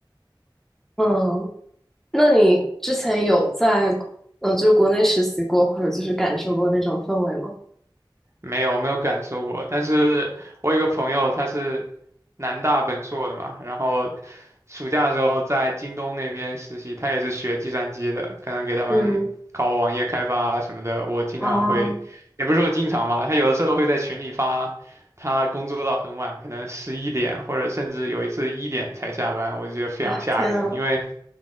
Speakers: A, in the centre; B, on the right.
A: 嗯，那你之前有在呃，就是国内实习过，或者就是感受过那种氛围吗？
B: 没有我没有感受过，但是我有个朋友他是南大本硕的嘛，然后暑假的时候在京东那边实习，他也是学计算机的，可能给他们搞网页开发啊什么的。
A: 嗯，
B: 我经常会，
A: 啊
B: 也不是说经常吧，他有的时候会在群里发，他工作到很晚，可能十一点或者甚至有一次一点才下班，我就觉得非常吓人，
A: 啊，天啊，
B: 因为